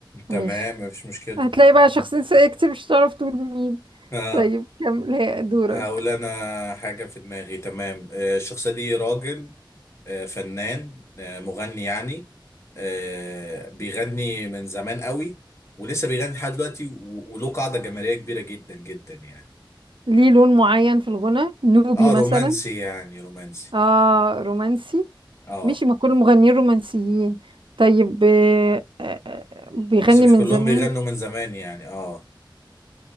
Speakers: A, on the left; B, on the right.
A: تمام
B: ماشي
A: مفيش مشكلة
B: هتلاقي بقى شخصية نسائية كتير مش هتعرف تقول مين
A: آه.
B: طيب كمل هي دورك
A: اقول انا حاجه في دماغي تمام آه، الشخصيه دي راجل آه، فنان آه، مغني يعني آه، بيغني من زمان قوي ولسه بيغني لحد دلوقتي و- وله قاعده جماهيريه كبيره جدا جدا يعني
B: ليه لون معين في الغنى نوبي
A: اه
B: مثلا
A: رومانسي يعني رومانسي
B: اه رومانسي
A: اه
B: ماشي ما كل المغنيين رومانسيين طيب آه، آه، آه، بيغني
A: بس مش
B: من
A: كلهم
B: زمان
A: بيغنوا من زمان يعني اه